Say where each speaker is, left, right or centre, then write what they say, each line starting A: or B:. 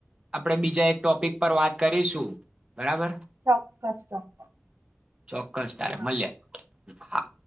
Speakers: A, on the right (about 25°); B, on the right (about 70°).
A: આપણેે બીજા એક ટોપિક પર વાત કરીશું બરાબર
B: ચોક્કસ ચોક્કસ
A: ચોક્કસ તારે
B: હા
A: મળ્યા હા